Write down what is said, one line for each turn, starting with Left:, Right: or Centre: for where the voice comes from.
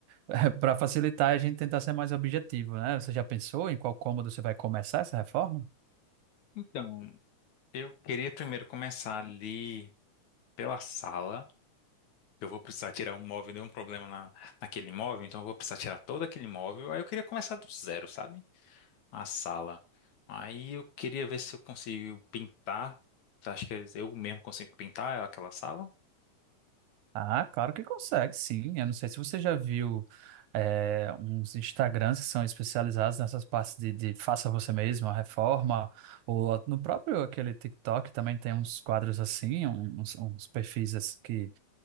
Right: <laughs> para facilitar a gente tentar ser mais objetivo, né? Você já pensou em qual cômodo você vai começar essa reforma?
Left: Então, eu queria primeiro começar ali pela sala. Eu vou precisar tirar um móvel, deu um problema na, naquele móvel, então eu vou precisar tirar todo aquele móvel. Aí eu queria começar do zero, sabe? a sala. Aí eu queria ver se eu consigo pintar. Acho que eu mesmo consigo pintar aquela sala.
Right: Ah, claro que consegue, sim. Eu não sei se você já viu é, uns Instagrams que são especializados nessas partes de, de faça você mesmo, a reforma, ou no próprio aquele TikTok também tem uns quadros assim, um, uns, uns perfis assim que